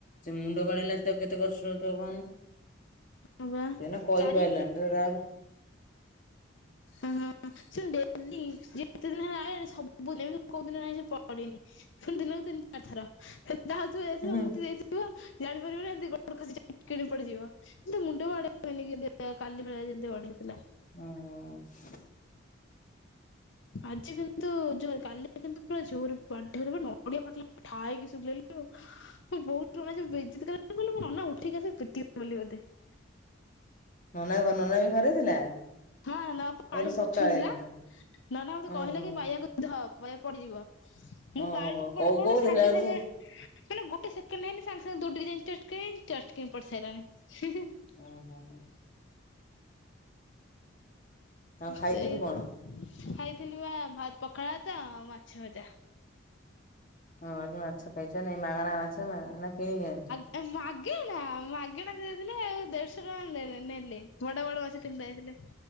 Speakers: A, on the left; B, on the left.
A: ସେ ମୁଣ୍ଡ ଗ ଳେଇଲା ତ କେତେ କଷ୍ଟ ହଉଥିବ କହନି।
B: ହଁ ବା
A: ସେଟା କହିପାରିଲଣି।
B: ଚାରି ଅ ହ ଶୁ ଡେଲି ଯେତେ ଦିନ ହେଲା ସବୁିନ ଏମିତି କୋଉ ଦିନ ନାହିଁ ସେ ପଡିନି। ପୁଣି ଦିନକୁ ତିନି ଚାରି ଥର। ଯାହା ଯାଇଥିବ
A: ହୁଁ
B: ମୁତି ଦେଇଥିବ ଜାଣିପାରିବନି ଏମିତି ଗୋଡ ଖସି ଯିବ ପଡିଯିବ। ଏ ମୁଣ୍ଡ ବଡେଇନି କେମତି କାଲି ଭଳିଆ ଯେମିତି ବଡେଇଥିଲା।
A: ଓୋ <inaudible>
B: ହ <inaudible> ଆଜି କିନ୍ତୁ ଜୋର କାଲି କିନ୍ତୁ ପୁରା ଜୋର ନଡ଼ିଆ ଫାଟିଲା ା ହେକି ଶୁଖେଇ ଆଉ <unintelligible> ମୁଁ ବହୁତ କଁ ନନା ଉଠେଇକି ଆ ପିବ ବୋଲି ବୋଧେ <unintelligible>
A: ନନା ନନା ବି ଘରେ ଥିଲା।
B: ହଁ ନ
A: କହିଲୁ
B: ପାଣି ପୋଛୁଥିଲା
A: ସକାଳେ ହଁ
B: ନ ନା ମତେ କହିଲା
A: ଓହୋ
B: କି ବାଇକୁ ଧ ବ ପଡିଯିବ ମୁଁ
A: ଓହୋ
B: ବାାରରେ
A: କହୁ
B: ପଡଟେ
A: କହୁ
B: ସାଙ୍ଗେ
A: ଦେଖିଲା ବେଳକୁ
B: ସାଙ୍ଗେ ମାନେ ଗୋଟେ ସେକେଣ୍ଡ ହେଇନି ସାଙ୍ଗେ ସାଙ୍ଗେ ଦୁ ଚ ପାରିଲାଣି <unintelligible>
A: ଓ ହୋ ହୋ <inaudible> ଆଉ
B: ସେଇ
A: ଖାଇଥିଲୁ କଣ?
B: ତ ଖାଇଥିଲୁ ବା ପଖାଳ ତ ମାଛ ଭଜା।
A: ହଁଜି ମାଛ ଖାଇଛ ନାଇ ମାଗଣା ମାଛ ନା ନା କିଣିକି ଆଣିଛ?
B: ମାଗଣା ମାଗଣା ଦେଇଥିଲେ ଆଉ ଦେଢଶହ ଟଙ୍କା ନ ନେଲେ। ବଡ ବଡ ମାଛ ତିନିତି ଯଇଥିଲେ